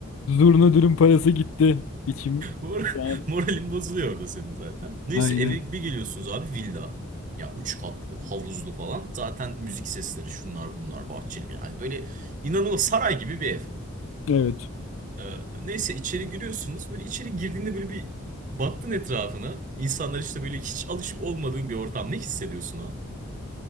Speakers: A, on the left; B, on the right.
A: Zurna dürüm parası gitti. İçim.
B: mor-
A: şu an-
B: moralin bozuluyor orada senin zaten. Neyse
A: Aynen.
B: eve bir geliyorsunuz abi villa. Ya üç katlı, havuzlu falan. Zaten müzik sesleri şunlar bunlar bahçeli. Yani böyle inanılmaz saray gibi bir ev.
A: Evet.
B: Ee, neyse içeri giriyorsunuz. Böyle içeri girdiğinde böyle bir baktın etrafına. İnsanlar işte böyle hiç alışıp olmadığın bir ortam. Ne hissediyorsun ha?